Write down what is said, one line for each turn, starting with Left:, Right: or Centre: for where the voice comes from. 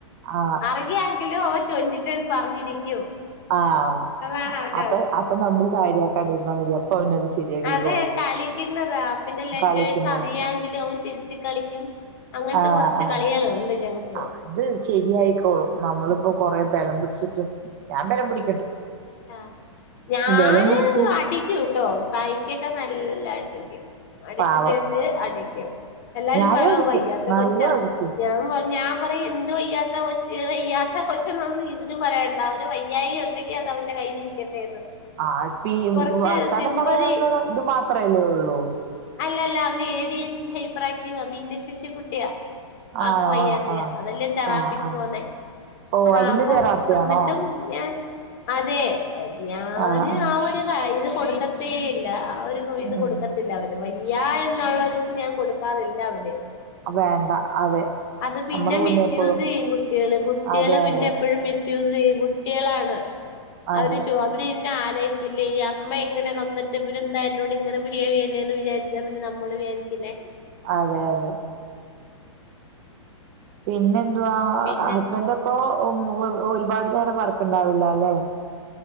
Right: ആ
Left: അറിയാെങ്കിലും അവ ട്വന്റി ട്വൻ പറഞ്ഞിരിക്കും.
Right: ആഹ
Left: അതാണ് അവന്റെ
Right: അപ്പൊ അപ്പൊ നമ്മള് കാര്യമാകണ്ടിരുന്നാൽ മതി അവനത് ശരിയാക്കിക്കോളും
Left: അതെ കളിക്കുന്നതാ പിന്നെ ലെറ്റേഴ്സ്
Right: കളിക്കുന്നത്
Left: അറിയാങ്കിലും അവൻ തിരുത്തി കളിക്കും. അങ്ങനത്തെ
Right: ആഹ
Left: കൊറച്ച് കളികളുണ്ട് ഞങ്ങക്ക്
Right: ആഹ അത് ശരിയായിക്കോളൂ. നമ്മള്പ്പോ കൊറേ ബലം പിടിച്ചിട്ടും ഞാൻ ബലം പിടി
Left: അ ഞാന്
Right: ബലം പിടിക്കും
Left: അടിക്കുട്ടോ കായ്ക് നല്ലടിക്കും. അടിച്ചിട്ടുണ്ട്
Right: പാവം
Left: അടികും എല്ലാരും
Right: ഞാനും
Left: പറയ
Right: അടിക്കും
Left: അത് വയ്യാത്ത
Right: നല്ലോം
Left: കൊച്ചാ
Right: അടിക്കും
Left: ഞാൻ പർഞ് ഞാൻ പറയാ എന്ത് വയ്യാത്ത കൊച്ച് വയ്യാത്ത കൊചെന്ന് ഒന്നും ഇതിന് പറയണ്ട അവന് വയ്യായി ഉണ്ടെങ്കിൽ അവന്റെ കയ്യിലിരിക്കട്ടെന്ന്.
Right: ആ സ്പ
Left: കൊറച്ച്
Right: വർത്താനം
Left: സിമ്പതി
Right: പറയാനുള്ള ഒര് ഇത് മാത്രല്ലേ ഉള്ളൂ.
Left: അല്ലല്ല അവന A D H hyper Activa ഭന്ന ഷേശി കുട്ടിയാ.
Right: ആണോ
Left: ആക്ക് വയ്യാത്ത
Right: ആഹ്
Left: അതെല്ലേ തെറാപ്പിക്ക്
Right: ആഹ് ആഹ്
Left: പോവുന്നെ.
Right: ഓ
Left: ആഹ
Right: അതിന്റെ
Left: അപ്പൊ
Right: തെറാപ്പിയാണോ
Left: എന്നിട്ടും ഞാ ആ അതെ ഞൻ
Right: ആഹ് ആഹ്
Left: ആ ഒരു ഇത് കൊടുക്കത്തേ ഇല്ല. അവർ പോയി ഇത്
Right: ഉം
Left: കൊടുക്കത്തില്ല അവന് വയ്യാ എന്നുള്ളൊരു ഇത് ഞാൻ കൊടുക്കാറില്ല അവന്.
Right: വേണ്ട അതെ.
Left: അത് പിന്നെ
Right: നമ്മുടെ കുഞ്ഞെപ്പോഴും
Left: മിസ്യൂസ്സ് ചെയ്യും കുട്ടികള് കുട്ടികള്
Right: അതെ
Left: പിന്നെ
Right: അതെ
Left: എപ്പോഴും മിസ് സുസെയ്യും കുട്ടികളാണ്
Right: അതെ
Left: അവര് ചോ അവര് പിന്നെ ആലോചിക്കില്ലെ ഈ അമ്മ എങ്ങനെ നൊന്തിട്ട് പിന്നെ എന്താ എന്നോട് ഇങ്ങനെ ബിഹേവ് ചെയ്യനേ വിചാരിച്ചാ പിന്നെ നമ്മള് രിക്കില്ലേ.
Right: അതെ അതെ. പിനദ്വാ
Left: പിന്നെ
Right: ഹസ്ബൻഡ ഇപ്പോ <inaudible> ഒരുപാട് നേരം വർക്ക് ഉണ്ടാവില്ല അല്ലെ?